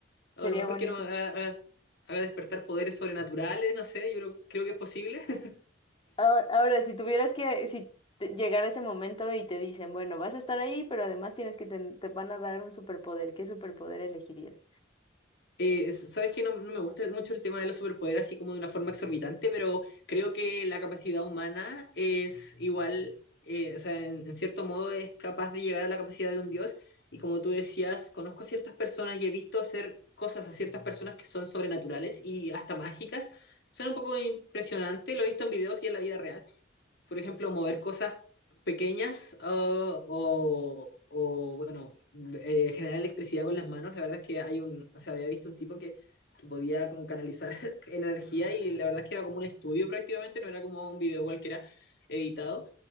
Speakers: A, on the left; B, on the left.
A: O
B: Sería
A: a lo mejor
B: buenísimo.
A: que no haga, haga- haga despertar poderes sobrenaturales, no sé, yo creo, creo que es posible. <laughs>
B: Ahora, ahora, si tuvieras que, si te- llegara ese momento y te dicen, bueno, vas a estar ahí, pero además tienes que, ten- te van a dar un superpoder, ¿qué superpoder elegirías?
A: Eh, sabes que no, no me gusta mucho el tema de los superpoderes así como de una forma exorbitante, pero creo que la capacidad humana es igual, eh, o sea, en, en cierto modo es capaz de llegar a la capacidad de un dios. Y como tú decías, conozco ciertas personas y he visto hacer cosas a ciertas personas que son sobrenaturales y hasta mágicas. Suena un poco impresionante, lo he visto en videos y en la vida real por ejemplo, mover cosas pequeñas uh, o, o, bueno, eh, generar electricidad con las manos. La verdad es que hay un, o sea, había visto un tipo que, que podía como canalizar <laughs> energía y la verdad es que era como un estudio prácticamente, no era como un video cualquiera editado.